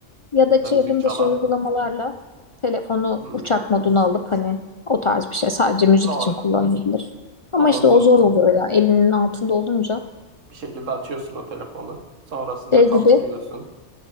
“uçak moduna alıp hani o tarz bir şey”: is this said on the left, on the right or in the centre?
Left